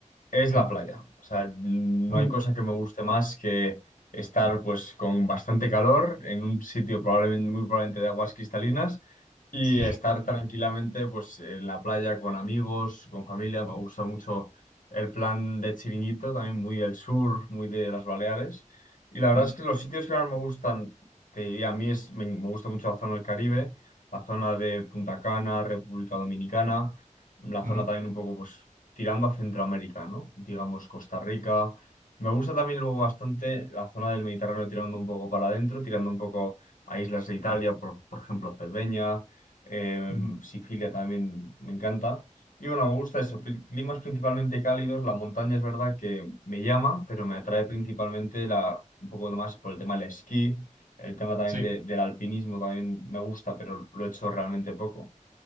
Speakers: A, on the left; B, on the right.
A: Es
B: Mm.
A: la playa. O sea, no
B: <laughs>
A: hay cosa que me guste más que estar pues con bastante calor en un sitio probablemente muy probablemente de aguas cristalinas y
B: Sí.
A: estar tranquilamente pues en la playa con amigos, con familia. Me gusta mucho el plan de Chiringuito, también muy del sur, muy de las Baleares. Y la verdad
B: Ujú,
A: es que los sitios que más me gustan, te diría, a mí es, me, me gusta mucho la zona del Caribe, la zona de Punta Cana, República Dominicana, la
B: ujú,
A: zona también un poco pues tirando a Centroamérica, ¿no? Digamos Costa Rica. Me gusta también luego bastante la zona del Mediterráneo tirando un poco para adentro, tirando un poco a islas de Italia, por, por ejemplo, Cerdeña, eh,
B: mm, ujú.
A: Sicilia también me encanta. Y bueno, me gusta eso, pri- climas principalmente cálidos, la montaña es verdad que me llama, pero me atrae principalmente la, un poco más por el tema del esquí, el tema también
B: Sí.
A: de- del alpinismo también me gusta, pero lo he hecho realmente poco.